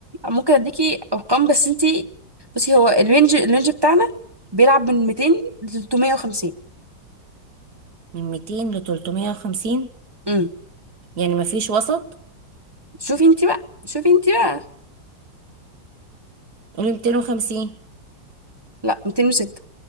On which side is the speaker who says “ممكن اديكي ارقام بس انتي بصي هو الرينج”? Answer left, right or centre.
Right